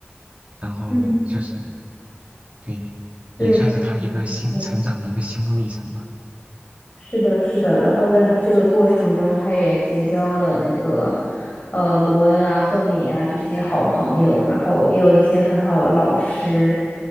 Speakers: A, on the right (about 35°); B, on the left (about 40°).
A: 然后就是
B: 嗯，
A: 对，
B: 对的，
A: 也算是他一个新成长的一个心路历程吧。
B: 嗯没错是的，是的。然后在他这个过程中，他也结交了那个，呃，罗恩啊、赫敏啊这些好朋友，然后也有一些很好的老师，